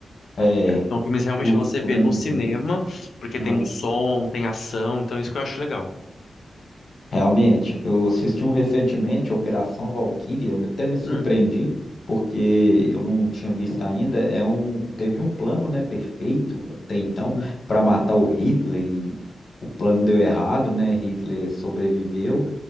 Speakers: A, on the left (about 55°); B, on the left (about 75°).
A: É,
B: São filmes realmente
A: o
B: pra
A: Estrondo,
B: você ver no cinema, porque
A: né?
B: tem som, tem ação, então isso que eu acho legal.
A: Realmente, eu assisti um recentemente, Operação Valkyria, eu até me surpreendi,
B: Hum,
A: porque eu não tinha visto ainda. É um, teve um plano, né, perfeito até então
B: uhum,
A: para matar o Hitler e o plano deu errado, né? Hitler sobreviveu